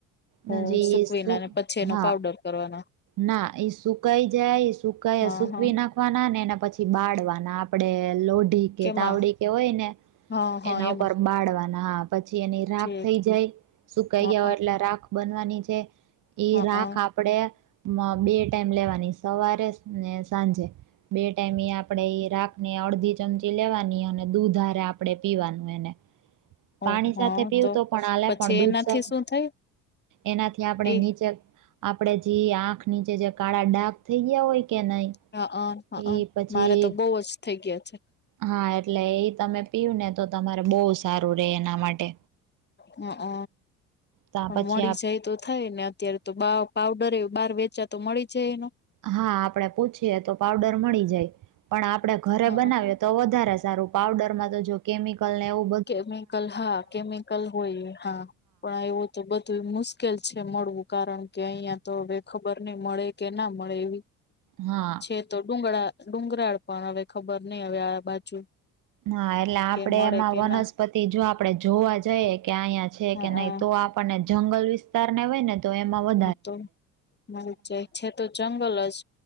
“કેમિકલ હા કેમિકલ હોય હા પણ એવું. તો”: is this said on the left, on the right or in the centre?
Left